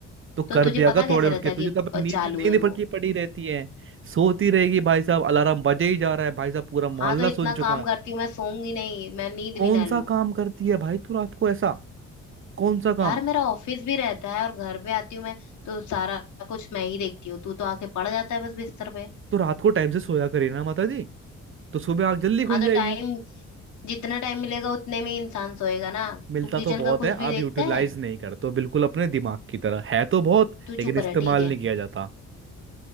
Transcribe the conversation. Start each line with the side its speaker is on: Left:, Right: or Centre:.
Right: तो कर
Left: तो तुझे
Right: दिया
Left: पता
Right: कर
Left: कैसे
Right: थोड़े उठ
Left: रहता
Right: के
Left: है
Right: तुझे
Left: कि
Right: तो अपनी
Left: ब-
Right: नींद
Left: चालू
Right: नींद
Left: है वो
Right: पड़की पड़ी रहती है सोती रहेगी भाई साहब अलार्म बजे ही जा रहा है भाई साहब पूरा मोहल्ला
Left: हाँ तो इतना
Right: सुन चुका
Left: काम
Right: है
Left: करती हूँ मैं सोऊंगी नहीं मैं नींद
Right: कौन
Left: भी ना लूं
Right: सा काम करती है भाई तू रात को ऐसा कौन सा
Left: यार
Right: काम
Left: मेरा ऑफिस भी रहता है और घर पे आती हूँ मैं तो सारा कुछ मैं ही देखती हूँ तू तो आके पड़ जाता है बस बिस्तर पे
Right: तो रात को टाइम से सोया करे ना माता जी तो सुबह आंख जल्दी खुल
Left: हाँ तो
Right: जाएगी
Left: टाइम जितना टाइम मिलेगा उतने में ही इंसान सोएगा ना
Right: मिलता
Left: तू किचन
Right: तो बहुत
Left: का कुछ
Right: है
Left: भी
Right: आप
Left: देखता
Right: यूटिलाइज
Left: है
Right: नहीं करते हो बिल्कुल अपने दिमाग की तरह है तो बहुत
Left: तू
Right: लेकिन
Left: चुप
Right: इस्तेमाल
Left: रह ठीक है
Right: नहीं किया जाता